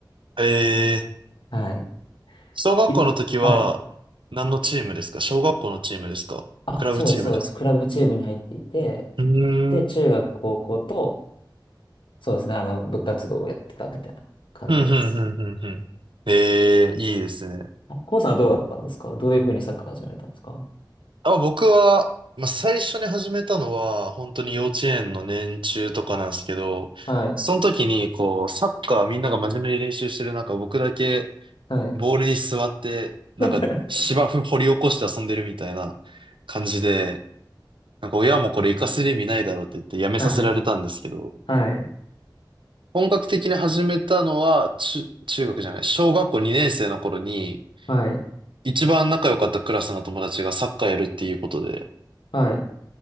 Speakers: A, on the right; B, on the left.
A: えー、
B: はい。
A: 小学校の時は何のチームですか小学校のチームですかクラブチームです。
B: い、はい。あ、そうです、そうです。クラブチームに入っていて、
A: うーん。
B: で、
A: うん、
B: 中学、高校と、そうですね。あの、部活動をやってたみたいな感じです。
A: うん、うん、うん、うん。えー、いいですね。
B: あコウさんはどうだったんですかどういうふうにサッカー始められたんですか
A: あ、僕は、まあ、最初に始めたのは、本当に幼稚園の年中とかなんですけど、
B: はい。
A: その時に、こう、サッカーみんなが真面目に練習してる中、僕だけ
B: はい。
A: ボールに座って、なんか芝生掘り起こして遊んでるみたいな感じで、
B: <laughs>
A: なんか親もこれ活かせる意味ないだろうって言ってやめさせられたんですけど、
B: はい。はい。
A: 本格的に始めたのは、中、中学じゃない、小学校2年生の頃に、
B: はい。
A: 一番仲良かったクラスの友達がサッカーやるっていうことで、
B: はい。